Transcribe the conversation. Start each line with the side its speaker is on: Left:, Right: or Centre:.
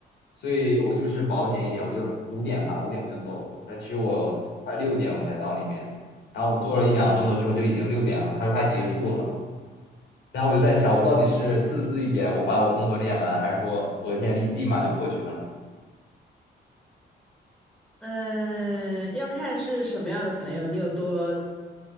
Left: 所以我就是保险一点，我就五点吧，五点我就走了。但其实我就快六点我才到那边，然后我做了一两个动作之后就已经六点了。他说他结束了，然后我就在想，我到底是自私一点，我把我动作练完，还是说我现在立立马就过去呢？
Centre: 嗯，要看是什么样的朋友，你有多